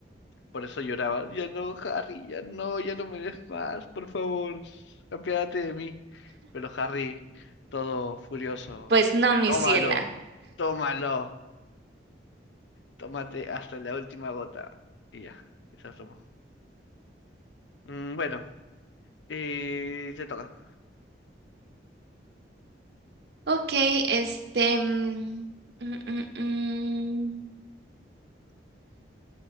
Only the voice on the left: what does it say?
Por eso lloraba. Ya no, Harry, ya no, ya no me des más, por favor. Apiádate de mí. Pero Harry, todo furioso,
tómalo,
tómalo. Tómate hasta la última gota. Y ya, esa tomo. Mm, bueno, eh, te toca.